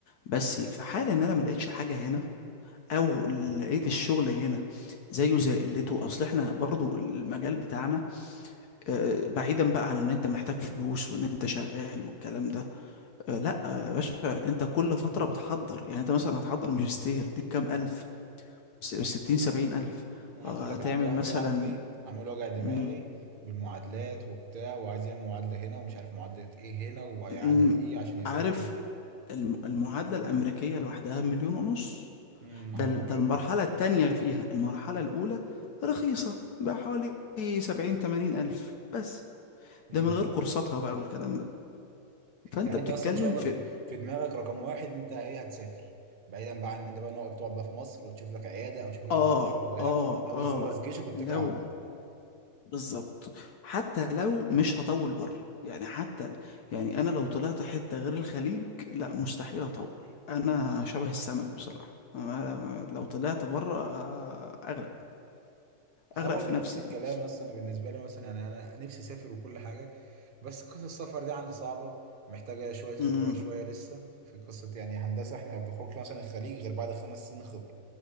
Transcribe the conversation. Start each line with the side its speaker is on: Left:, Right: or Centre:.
Left: بس في حال إن أنا ما لقيتش حاجة هنا أو لقيت الشغل هنا زيه زي قلته أصل إحنا برضو المجال بتاعنا آه بعيدا بقى عن إن أنت محتاج فلوس وإن أنت شغال والكلام ده آه، لا آه، يا باشا انت كل فترة بتحضر يعني انت مثلا هتحضر ماجستير دي بكام ألف س- ستين سبعين ألف
Right: انا
Left: آه،
Right: عايز اقول لك
Left: هتعمل
Right: انا عندي واحد
Left: مثلا
Right: صاحبي عمال وجع دماغي
Left: مم،
Right: بالمعادلات وبتاع وعايز يعمل معادلة هنا ومش عارف معادلة ايه هنا وهيعادل
Left: مم،
Right: ايه عشان يسافر
Left: عارف الم- المعادلة الأمريكية لوحدها مليون ونص
Right: مم، نهار
Left: ده ال-
Right: ابيض
Left: ده المرحلة التانية فيها المرحلة الأولى رخيصة بحوالي سبعين تمانين ألف بس
Right: مم.
Left: ده من غير كورساتها بقى والكلام ده فأنت
Right: يعني
Left: بتتكلم
Right: انت اصلا ان شاء الله
Left: في
Right: في في دماغك رقم واحد انت ايه هتسافر بعيدا بقى عن ان انت بقى نقعد تقعد بقى في مصر وتشوف لك عياده او تشوف لك
Left: آه
Right: مستشفى او بتاع
Left: آه
Right: ناوي
Left: آه
Right: تخلص جيشك واتكل
Left: لو
Right: على الله
Left: بالظبط حتى لو مش هطول بره يعني حتى ل- يعني انا لو طلعت حتة غير الخليج لا مستحيل اطول انا شبه السمك بصراحة أنا لو طلعت بره آه، اغرق
Right: انا
Left: اغرق
Right: برضه
Left: في نفسي
Right: نفس الكلام
Left: يعني
Right: يا اسطى انا بالنسبه لي مثلا يعني انا نفسي اسافر وكل حاجه بس قصه السفر دي عندي صعبه محتاجه شويه خبره
Left: امم
Right: شويه لسه في قصه يعني هندسه احنا ما بنخرجش مثلا الخليج غير بعد خمس سنين خبره